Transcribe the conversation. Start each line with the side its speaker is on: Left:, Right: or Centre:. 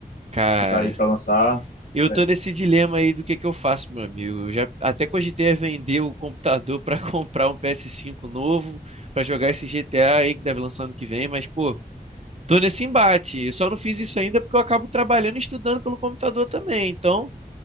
Right: Cara,
Left: que tá aí para lançar.
Right: eu
Left: É,
Right: tô nesse dilema aí do que que eu faço, meu amigo. Eu já até cogitei a vender o computador pra <laughs> comprar um PS5 novo pra jogar esse GTA aí que deve lançar ano que vem, mas pô, tô nesse embate. Eu só não fiz isso ainda porque eu acabo trabalhando e estudando pelo computador também. Então,